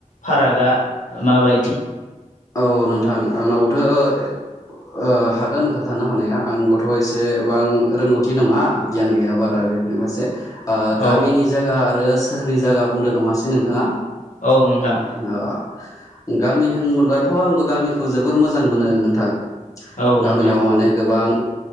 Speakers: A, on the left; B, on the left.
A: फारागा माबायदि।
B: औ नोंथां आंनावबोथ'। हागोन खोनन्थानो हानाया आंबोथ' एसेबां रोंगौथि नङा गियान गैया बारा बे बेबाससे
A: औ
B: गामिनि जायगा आरो सोहोरनि जायगा बुंदों नङासै नोंथाङा?
A: औ नोंथां।
B: ओ गामि होनब्लाथ' आंबो गामिखौ जोबोर मोजां मोनो नोंथां।
A: औ
B: गामियाव
A: नोंथां
B: माने गोबां।